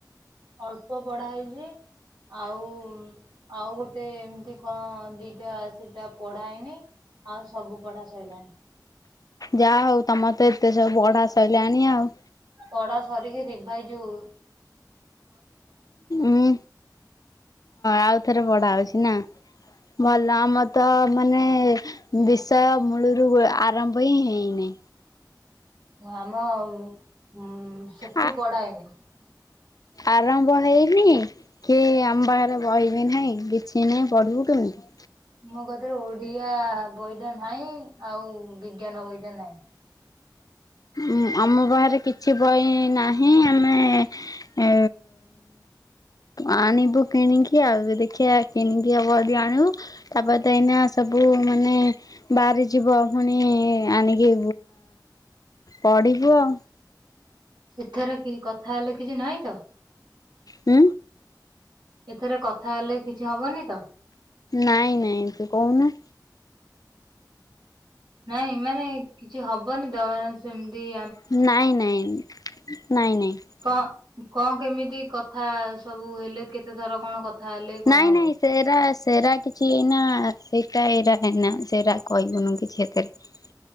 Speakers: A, on the right; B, on the left.
A: ଅଳ୍ପ ପଢା ହେଇଛି। ଆଉ ଆଉ ଗୋଟେ ଏମିତି କଣ ଦିଟା ସେଟା ପଢାହେଇନି। ଆଉ ସବୁ ପଢା ସଇଲାଣି।
B: ଯାହା ହଉ ତମର ତ ଏତେ ସବୁ ପଢା ସହିଲାଣି ଆଉ।
A: ପଢା ସରିକି ରିଭାଇ ହଉ
B: ଉଁ ଆଉଥରେ ପଢା ହୋଉଛି ନା। ଭଲ ଆମର ତ ମାନେ ବିଷୟ ମୂଳରୁ ଆରମ୍ଭ ହିଁ ହେଇନାହିଁ।
A: ଆମ ଉ ସେଠି
B: ଆ
A: ପଢା ହେଇନି।
B: ଆରମ୍ଭ ହେଇନି। କି ଆମ ପାଖରେ ବହି ଫହି ନାହିଁ କିଛି ନାହିଁ ପଢ଼ିବୁ କେମିତି?
A: ମୋ କତିରେ ଓଡିଆ ବହିଟା ନାହିଁ ଆଉ ବିଜ୍ଞାନ ବହିଟା ନାହିଁ।
B: ଉ ଆମ ପାଖରେ କିଛି ବହି ନାହିଁ ଆମେ ଏ ଆଣିବୁ କିଣିକି ଆଉ ଦେଖିଆ କିଣିକି ହବ ଯଦି ଆଣିବୁ। ତାପରେ ଏଇନା ସବୁ ମାନେ ବାହାରି ଯିବ ପୁଣି ଆଣିକି ପଢିବୁ ଆଉ।
A: ଏଥର କି କଥା ହେଲେ କିଛି ନାହିଁ ତ।
B: ହୁଁ।
A: ଏଥରେ କଥା ହେଲେ କିଛି ହବନି ତ।
B: ନାଇଁ ନାଇଁ ତୁ କହୁନୁ?
A: ନାଇଁ ମାନେ କିଛି ହବନି ତ ମାନେ ସେମତି
B: ନାଇଁ ନାଇଁ ନାଇଁ ନାଇଁ।
A: କଣ କଣ କେମିତି କଥା ସବୁ ହେଲେ କେତେଥର କଣ ହେଲେ କଣ
B: ନାଇଁ
A: ହବ?
B: ନାଇଁ ସେରା ସେରା କିଛି ଏଇନା ସେଇଟା ଏଇରା ହେନା ସେରା କହିବୁନୁ କିଛି ଏଥିରେ।